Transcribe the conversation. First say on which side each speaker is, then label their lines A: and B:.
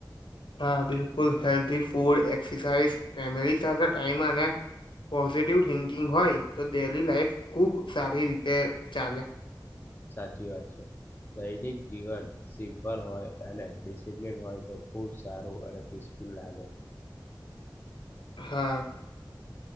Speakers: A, on the left; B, on the left.
A: હા બિલકુલ હેલ્ ફૂડ એ ફેમ સાથે ટાઈમ પોઝિટિવ થિંકિંગ હોય તો ડેલી લાાઈફ ખૂબ સારી રીતે ચાલે.
B: સાચી વાત છે. દૈનિક જીવન સિમ્પલ હોય અને ડિસિપ્લન હોય તો ખૂબ સારું અને પીસફુલ ફૂલ લાગે.
A: હા.